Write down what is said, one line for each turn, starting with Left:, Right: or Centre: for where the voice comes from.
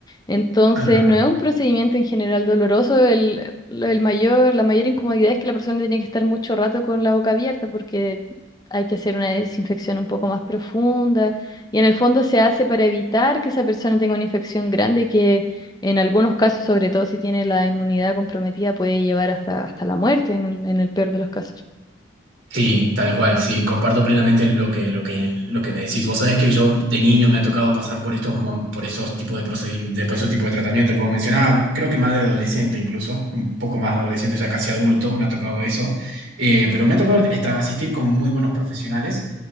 Left: Entonces,
Right: Ah,
Left: no es un procedimiento en general doloroso. El, el mayor, la mayor incomodidad es que la persona tiene que estar mucho rato con la boca abierta porque hay que hacer una desinfección un poco más profunda. Y en el fondo se hace para evitar que esa persona tenga una infección grande que en algunos casos, sobre todo si tiene la inmunidad comprometida, puede llevar hasta, hasta la muerte en, un- en el peor de los casos.
Right: Sí, tal cual, sí, comparto plenamente lo que, lo que, lo que me decís. Vos sabés que yo de niño me ha tocado pasar por estos, mon- por esos tipos de procedimientos, por esos tipos de tratamiento que vos mencionabas, creo que más de adolescente incluso, un poco más de adolescente, ya casi adulto, me ha tocado eso. Eh, pero me ha tocado esta- asistir con muy buenos profesionales.